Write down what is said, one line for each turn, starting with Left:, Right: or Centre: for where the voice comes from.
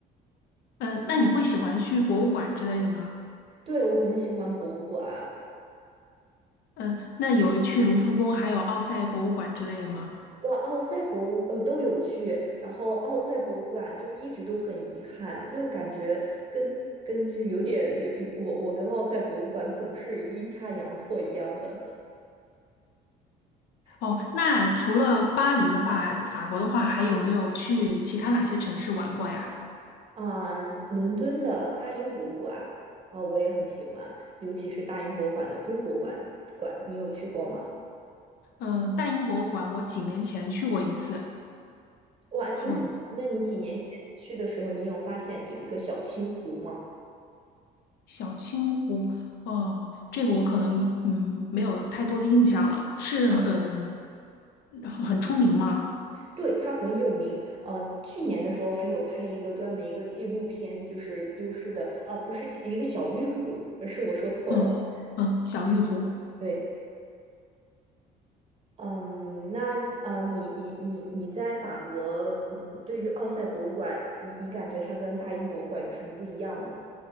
Left: 嗯，那你会喜欢去博物馆之类的吗？
Right: 对，我很喜欢博物馆，
Left: 嗯，那有去卢浮宫，还有奥赛博物馆之类的吗？
Right: 哇，奥赛博物呃都有去，然后奥赛博物馆就是一直都很遗憾，就感觉跟跟就是有点有我我跟奥赛博物馆总是阴差阳错一样的。
Left: 哦，
Right: 你
Left: 那除了巴黎的话，法国的话，还有没有去其他哪些城市玩过呀？
Right: 啊、伦敦的大英博物馆啊、我也很喜欢，尤其是大英博物馆的中国馆馆，你有去过吗？
Left: 嗯、大英博物馆我几年前去过一次，
Right: 哇，
Left: 哦，
Right: 那那你几年前去的时候，你有发现有一个小青湖吗？
Left: 小青湖，哦，这个我可能一嗯没有太多的印象了，是嗯很很出名吗？
Right: 对，他很有名，呃，去年的时候还有拍一个专门一个纪录片，就是丢失的，呃，不是一个小玉壶，而是我说错了。
Left: 嗯嗯，小玉湖。
Right: 对，嗯，那呃，你你你你在法国，你对于奥赛博物馆，你你感觉它跟大英博物馆有什么不一样呢？